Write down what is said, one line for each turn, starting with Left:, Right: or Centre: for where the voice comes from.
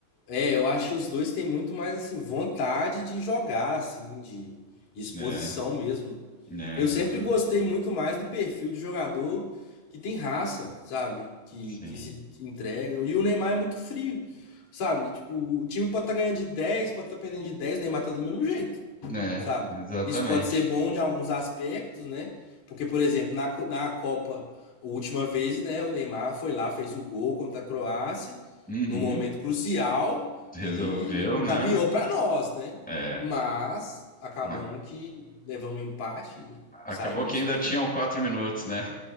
Left: É, eu acho que os dois têm muito mais assim, vontade de jogar, assim, de, de exposição
Centre: É,
Left: mesmo.
Centre: né,
Left: Eu
Centre: exatamente.
Left: sempre gostei muito mais do perfil de jogador que tem raça, sabe? Que,
Centre: Sim.
Left: que se entrega. E o Neymar é muito frio, sabe? Tipo, o time pode estar ganhando de dez pode estar perdendo de dez o Neymar tá do mesmo jeito.
Centre: É,
Left: sabe?
Centre: exatamente.
Left: Isso pode ser bom de alguns aspectos, né? Porque, por exemplo, na, co- na Copa, a última vez, né, o Neymar foi lá, fez o gol contra a Croácia,
Centre: Uhum,
Left: num momento crucial,
Centre: resolveu,
Left: e encaminhou
Centre: né?
Left: para nós, né?
Centre: É,
Left: Mas acabamos
Centre: ma-
Left: que levamos um empate e
Centre: acabou
Left: saímos
Centre: que
Left: nos
Centre: ainda
Left: pênaltis.
Centre: tinham quatro minutos, né?